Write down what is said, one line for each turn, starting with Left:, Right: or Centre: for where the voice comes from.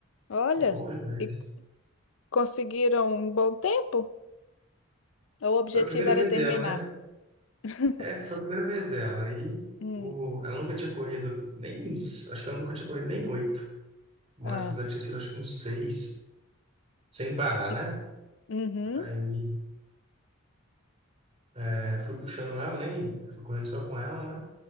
Left: olha.
Right: É bom demais.
Left: E conseguiram um bom tempo? O objetivo
Right: Foi a primeira
Left: era
Right: vez dela,
Left: terminar.
Right: né?
Left: <laughs>
Right: É, foi a primeira vez dela. Aí,
Left: Hum.
Right: o, ela nunca tinha corrido nem, acho que ela nunca tinha corrido nem oito. O máximo
Left: Ah.
Right: dela tinha sido, acho que uns seis, sem parar,
Left: E-
Right: né?
Left: Uhum.
Right: Aí é, fui puxando ela, nem fui correndo só com ela, né?